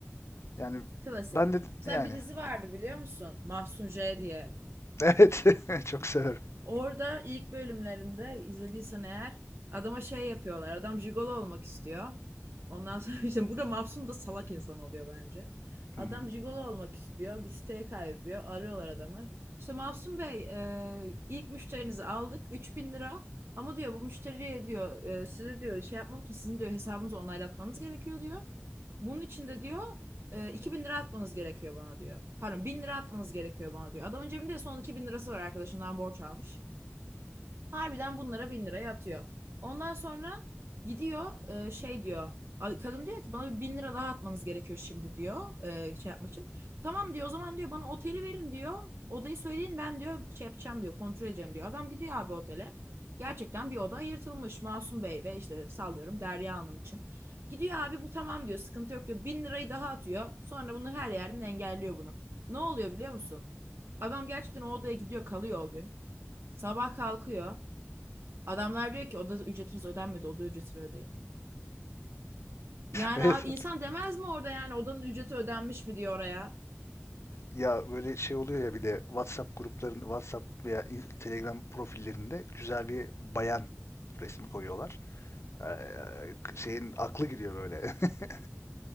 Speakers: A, on the left; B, on the right.
A: Yani
B: Klasik.
A: ben de
B: Mesela
A: yani
B: bir dizi vardı biliyor musun? Mahsun J diye.
A: Evet, <laughs> çok severim.
B: Orada ilk bölümlerinde izlediysen eğer adama şey yapıyorlar. Adam jigolo olmak istiyor. Ondan sonra <laughs> işte burada Mahsun da salak insan oluyor bence.
A: Hı
B: Adam
A: hı.
B: jigolo olmak istiyor. Bir siteye kaydediyor. Arıyorlar adamı. İşte Mahsun Bey e, ilk müşterinizi aldık. üç bin lira. Ama diyor bu müşteriye diyor e, size diyor şey yapmam için sizin diyor hesabınızı onaylatmanız gerekiyor diyor. Bunun için de diyor e, 2000 lira atmanız gerekiyor bana diyor. Pardon 1000 lira atmanız gerekiyor bana diyor. Adamın cebinde son 2000 lirası var arkadaşından borç almış. Harbiden bunlara bin liraya atıyor. Ondan sonra gidiyor e, şey diyor. a- Kadın diyor ki bana bir bin lira daha atmanız gerekiyor şimdi diyor e, şey yapmak için. Tamam diyor o zaman diyor bana oteli verin diyor. Odayı söyleyin ben diyor şey yapacağım diyor kontrol edeceğim diyor. Adam gidiyor abi otele. Gerçekten bir oda ayırtılmış Masum Bey ve işte sallıyorum Derya Hanım için. Gidiyor abi bu tamam diyor sıkıntı yok diyor. Bin lirayı daha atıyor. Sonra bunu her yerden engelliyor bunu. Ne oluyor biliyor musun? Adam gerçekten o odaya gidiyor kalıyor o gün. Sabah kalkıyor. Adamlar diyor ki oda ücretiniz ödenmedi, oda ücretini ödeyin. Yani
A: Evet.
B: abi,
A: evet.
B: insan demez mi orada yani odanın ücreti ödenmiş mi diyor oraya?
A: Ya böyle şey oluyor ya bir de WhatsApp gruplarında, WhatsApp veya in- Telegram profillerinde güzel bir bayan resmi koyuyorlar. Ee, şeyin aklı gidiyor böyle. <laughs>